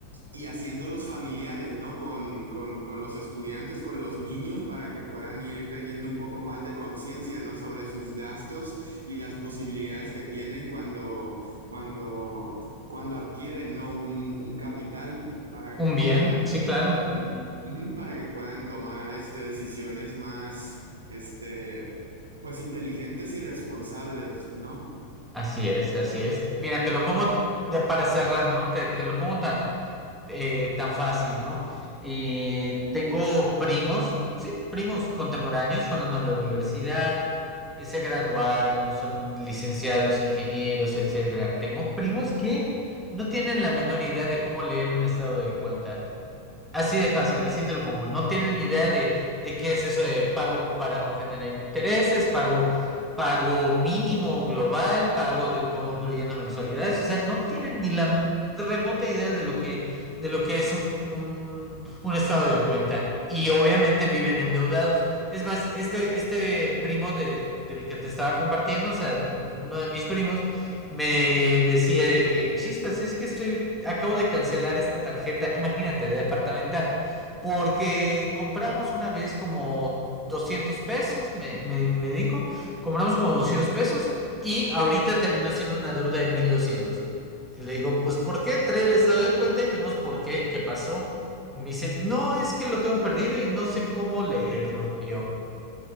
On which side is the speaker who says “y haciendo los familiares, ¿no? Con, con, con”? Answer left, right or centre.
Right